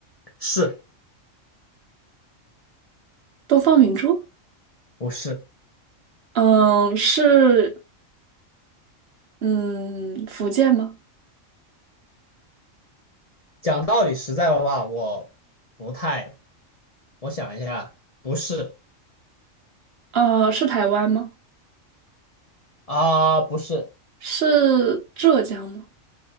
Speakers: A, on the left; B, on the right.
A: 是
B: 东方明珠，
A: 不是？
B: 嗯，是，嗯，福建吗？
A: 讲道理实在的话，我不太，我想一下，不是
B: 呃，是台湾吗？
A: 啊，不是，
B: 是浙江吗？